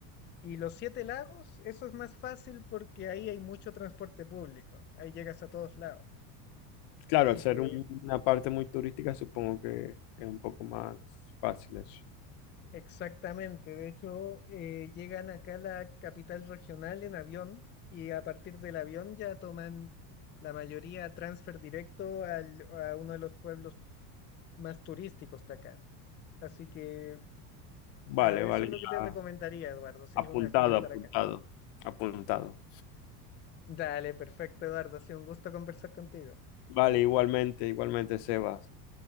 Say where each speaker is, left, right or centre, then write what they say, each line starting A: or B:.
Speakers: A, on the left; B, on the left.
A: y los Siete Lagos, eso es más fácil porque ahí hay mucho transporte público, ahí llegas a todos lados.
B: Claro,
A: Así
B: al ser
A: que
B: un- una parte muy turística, supongo que es un poco más fácil eso.
A: exactamente, de hecho, eh, llegan acá a la capital regional en avión y a partir del avión ya toman la mayoría transfer directo al- a uno de los pueblos más turísticos de acá. Así que
B: Vale,
A: ah,
B: vale,
A: eso es
B: ya.
A: lo que te recomendaría, Eduardo, si
B: Apuntado,
A: alguna vez vienes
B: apuntado,
A: para acá.
B: apuntado.
A: Dale, perfecto, Eduardo, ha sido un gusto conversar contigo.
B: Vale, igualmente, igualmente, Sebas.